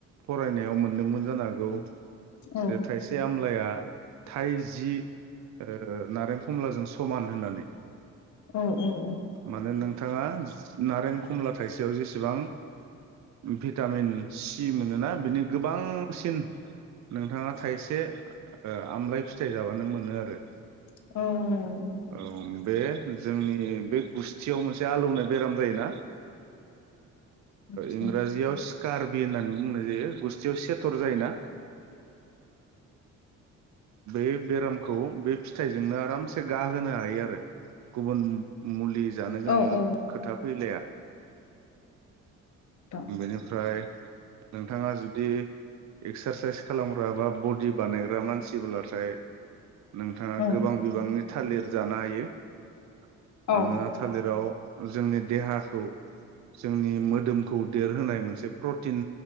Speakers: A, on the right; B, on the left.
A: फरायनायाव मोनदोंमोन जानो हागौ
B: औ
A: जे थाइसे आमलाया थाइजि ओ नारें खमलाजों समान होननानै
B: औ औ औ
A: माने नोंथाङा नारें खमला थाइसेयाव जेसेबां भिटामिन सि मोनोना बिनि गोबांसिन नोंथाङा थाइसे ओ आमलााय फिथाइ जाबानो मोनो आरो
B: औ
A: औ बे जोंनि ए बे गुस्थियाव मोनसे आलौनाय बेराम जायोना
B: आदसा
A: इंराजियाव कार्बि होननानै बुंनाय जायो गुस्थियाव सेथर जायोना बे बेरामखौ बे फिथाइजोंनो आरामसे गाहोनो हायो आरो गुबुन मुलि जानो गां
B: औ औ
A: खोथा फैलाया
B: नोंथां
A: बेनिफ्राय नोंथाङा जुदि एक्सारसाइस खालामग्रा बा बडि बानायग्रा मानसिब्लाथाय नोंथाङा
B: औ
A: गोबां बिबांनि थालिर जाना हायो ।
B: औ
A: मानोना थालिराव जोंनि देहाखौ जोंनि मोदोमखौ देरहोनाय मोनसे प्रटिन